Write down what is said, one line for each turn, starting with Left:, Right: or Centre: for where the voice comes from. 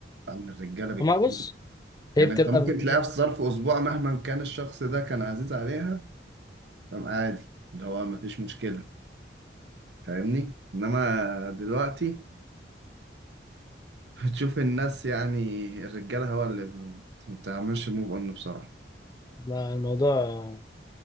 Right: عن الرجالة بكتير
Left: ما بص
Right: يعني
Left: هي بتبقى
Right: أنت ممكن
Left: ب...
Right: تلاقيها
Left: ب-
Right: في ظرف أسبوع مهما كان الشخص ده كان عزيز عليها تمام عادي اللي هو مفيش مشكلة فاهمني إنما دلوقتي بتشوف الناس يعني الرجالة هو اللي ما بتعملش موف أون بسرعة
Left: الموضوع